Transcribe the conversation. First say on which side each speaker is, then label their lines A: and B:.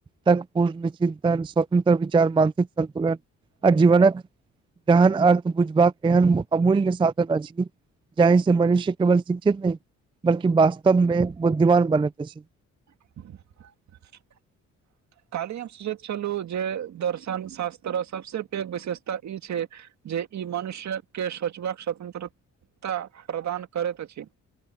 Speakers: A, on the right; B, on the right.
A: तर्क पूर्ण चिंतन स्वतन्त्र विचार मानसिक सन्तुलन आ जीवनक। दहन अर्थ बुझबाक एहन अमूल्य साधन अछि। जहि से मनुष्य केवल शिक्षित नहि बल्कि वास्तव मे बुद्धिमान बनेत अछि
B: ह। <unintelligible>
A: <inaudible>
B: कालहि हम सोचैत छलहुँ जे दर्शन शास्त्र सभसँ पैघ विशेषता ई छै जे ई मनुष्यके सोचबाक स्वतंत्रता प्रदान करैत अछि